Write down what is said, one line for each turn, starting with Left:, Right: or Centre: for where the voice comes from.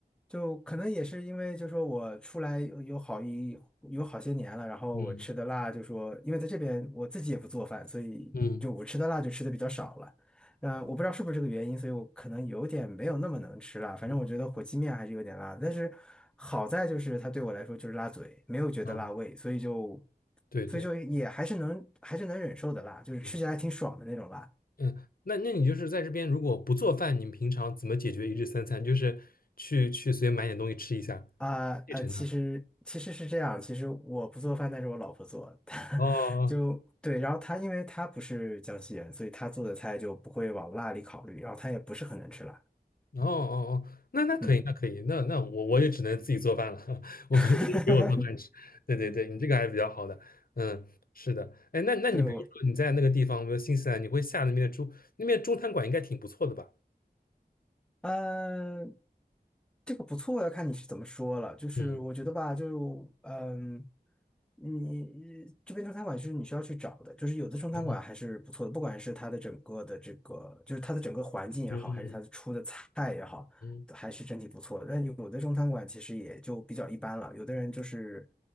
Centre: 就可能也是因为，就说我出来有有好一有好些年了，然后我吃的辣，
Left: 嗯
Centre: 就说因为在这边我自己也不做饭，所以就我吃的辣就吃的比较少了。
Left: 嗯
Centre: 嗯、我不知道是不是这个原因，所以我可能有点没有那么能吃辣。反正我觉得火鸡面还是有点辣，
Left: 嗯
Centre: 但是好在就是它对我来说就是辣嘴，没有觉得辣胃，
Left: 嗯，
Centre: 所以就
Left: 对对，
Centre: 所以就也还是能还是能忍受的辣，就是吃起来还挺爽的那种辣。
Left: 嗯嗯，那那你就是在这边如果不做饭，你们平常怎么解决一日三餐？就是去去随便买点东西吃一下，
Centre: 啊呃，
Left: 现成的。
Centre: 其实其实是这样，其实我不做饭，但是我老婆做，<laughs> 她就对，
Left: 哦
Centre: 然后她因为她不是江西人，所以她做的菜就不会往辣里考虑，然后她也不是很能吃辣，
Left: 哦哦哦，那那可以，
Centre: 嗯，
Left: 那可以，那那我我也只能自己做饭了，<laughs> 我没有人给我做饭吃。
Centre: <laughs>
Left: 对对对，你这个还是比较好的，嗯，是的，哎，那那你比如说你在那个地方，
Centre: 对我。
Left: 比如新西兰，你会下那边的中那边中餐馆应该挺不错的吧？
Centre: 嗯，这个不错，要看你是怎么说了。就是我觉得吧，
Left: 嗯
Centre: 就嗯，你这边中餐馆是你需要去找的，就是有的中餐馆还是不错的，
Left: 嗯
Centre: 不管是它的整个的这个，就是它的整个环境也好，
Left: 嗯嗯
Centre: 还是它的出的菜也好，
Left: 嗯
Centre: 还是整体不错的。但有的中餐馆其实也就比较一般了，有的人就是